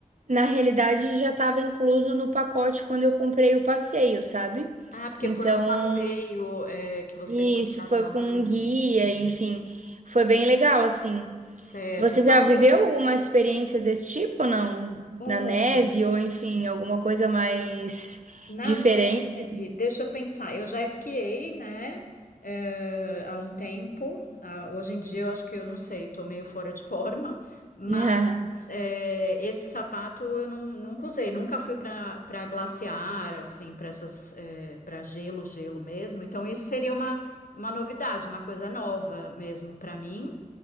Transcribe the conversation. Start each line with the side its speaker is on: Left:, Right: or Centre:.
Right: na realidade já estava incluso no pacote quando eu comprei o passeio, sabe?
Left: Ah, porque
Right: Então,
Left: foi um passeio, é, que vocês
Right: isso
Left: contrataram.
Right: foi com um guia, enfim, foi bem legal, assim.
Left: Certo.
Right: Você
Left: Então
Right: já
Left: vocês,
Right: viveu alguma experiência desse tipo, não?
Left: olha
Right: Na neve ou, enfim, alguma coisa mais
Left: Na
Right: diferente?
Left: neve, deixa eu pensar. Eu já esquiei, né? eh, há um tempo. Ah, hoje em dia eu acho que eu não sei, tô meio fora de <laughs> forma. Mas
Right: <laughs>
Left: eh, esse sapato eu não, nunca usei. Nunca fui para para glaciar, assim, para essas para gelo, gelo mesmo. Então isso seria uma uma novidade, uma coisa nova mesmo para mim.